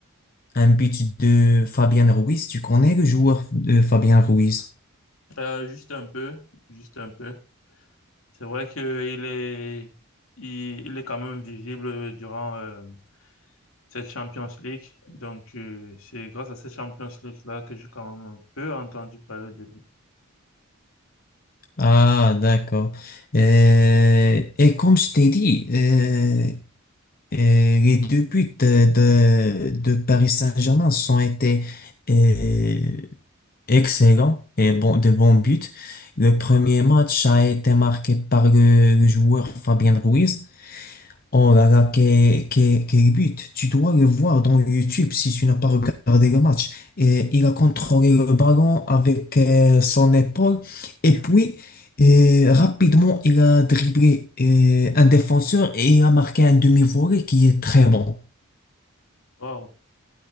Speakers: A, on the left; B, on the left.
A: Un but de Fabien Ruiz. Tu connais le joueur de Fabien Ruiz?
B: Euh, juste un peu, juste un peu. C'est vrai qu'il est, il, il est quand même visible durant, euh, cette Champions League. Donc, euh, c'est grâce à cette Champions League-là que j'ai quand même un peu entendu parler de lui.
A: Ah, d'accord. Euh, et comme je t'ai dit, eh, Euh, les deux buts de, de- de Paris Saint-Germain sont été euh, excellents et bon, de bons buts. Le premier match a été marqué par le, le joueur Fabien Ruiz. Oh là là, quel, quel- quel but! Tu dois le voir dans YouTube si tu n'as pas regardé le match. Et il a contrôlé le ballon avec euh, son épaule et puis euh, rapidement il a dribblé euh, un défenseur et il a marqué un demi-volée qui est très bon.
B: Waouh!